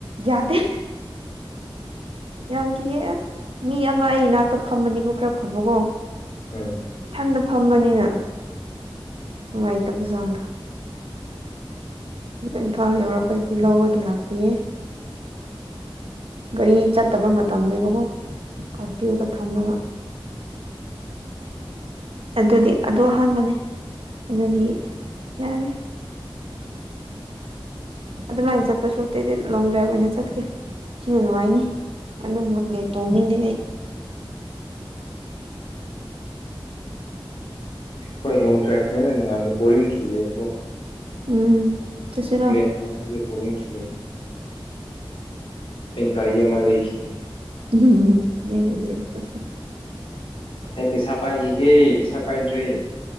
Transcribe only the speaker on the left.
ꯎꯝ
ꯍꯣꯏ ꯂꯣꯡ ꯗ꯭ꯔꯥꯏꯚꯅꯦꯅꯨꯡꯉꯥꯏ ꯕꯣꯔꯤꯡꯁꯨꯨꯏ ꯌꯦꯕꯀꯣ
ꯄꯂꯦꯟ ꯇꯣꯡꯕꯖꯦ ꯕꯣꯔꯤꯡ ꯆꯨꯏꯌꯦ ꯑꯩ ꯀꯥꯔꯤ ꯑꯃ ꯂꯩꯈꯤꯒꯦ
ꯑꯩ ꯄꯩꯁꯥ ꯄꯥꯏꯈꯤꯒꯦ ꯄꯩꯁꯥ ꯄꯥꯏꯗ꯭ꯔꯦ